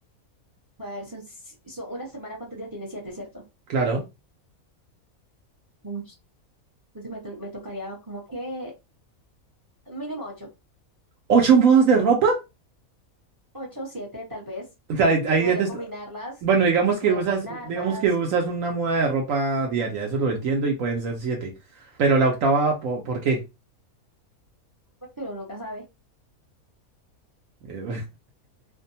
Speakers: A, on the right (about 20°); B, on the right (about 70°).
A: a ver, son, si- son una semana, ¿cuántos días tiene? Siete, ¿cierto?
B: Claro.
A: Uy, Entonces me, to- me tocaría como que mínimo ocho.
B: ¿Ocho mudas de ropa?
A: Ocho, siete, tal vez.
B: O sea, ahí, ahí
A: Podría
B: ya te está-
A: combinarlas,
B: Bueno, digamos que
A: podría
B: usas,
A: combinarlas,
B: digamos que usas una muda de ropa diaria, eso lo entiendo y pueden ser siete. Pero la octava, ¿po- ¿por, qué?
A: porque uno nunca sabe.
B: Eh,